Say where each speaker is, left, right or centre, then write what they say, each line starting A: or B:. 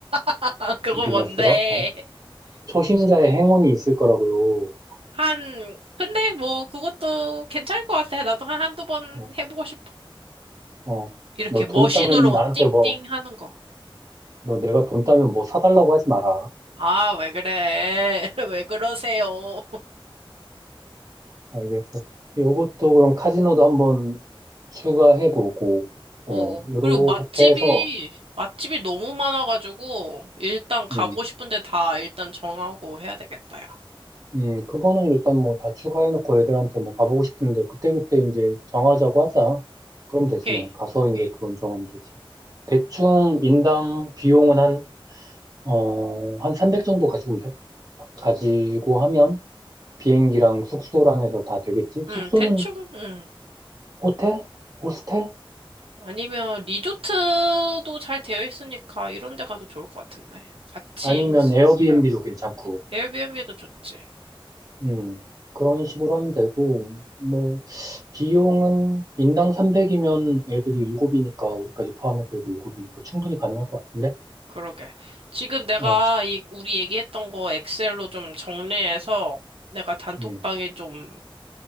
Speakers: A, on the right; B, on the right.
A: <laughs> 아, 그거
B: 비기너스
A: 뭔데?
B: 럭? 어? 초심자의 행운이 있을 거라고요.
A: 한 근데 뭐 그것도 괜찮을 것 같아. 나도 한 한두 번
B: 어,
A: 해보고 싶어.
B: 어.
A: 이렇게
B: 너
A: 머신으로
B: 돈 따면 나한테
A: 띵띵
B: 뭐,
A: 하는 거.
B: 너 내가 돈 따면 뭐 사달라고 하지 마라.
A: 아, 왜 그래? <laughs> 왜 그러세요?
B: 알겠어. 요것도 그럼 카지노도 한번 추가해보고,
A: 어.
B: 어, 요렇게
A: 그리고 맛집이,
B: 해서,
A: 맛집이 너무 많아가지고, 일단 가보고
B: 음,
A: 싶은데 다 일단 정하고 해야 되겠다, 야.
B: 음, 그거는 일단 뭐 다 추가해놓고 애들한테 뭐 가보고 싶은데, 그때그때 이제 정하자고 하자. 그럼
A: 오케이.
B: 되지 뭐. 가서 이제 그건 정하면 되지. 대충 인당 비용은 한, 어, 한 300 정도 가지고, 오면 돼? 가지고 하면 비행기랑 숙소랑 해서 다 되겠지?
A: 음,
B: 숙소는
A: 대충, 음.
B: 호텔? 호스텔?
A: 아니면 리조트도 잘 되어 있으니까 이런 데 가도 좋을 것 같은데. 같이
B: 아니면
A: 있어도
B: 에어비앤비도
A: 되고.
B: 괜찮고.
A: 에어비앤비도 좋지.
B: 음, 그런 식으로 하면 되고, 뭐, 비용은 인당 300이면 애들이 7이니까, 우리까지 포함해서 애들 7이니까 충분히 가능할 것 같은데?
A: 그러게. 지금 내가
B: 어,
A: 이 우리 얘기했던 거 엑셀로 좀 정리해서 내가 단톡방에
B: 음,
A: 좀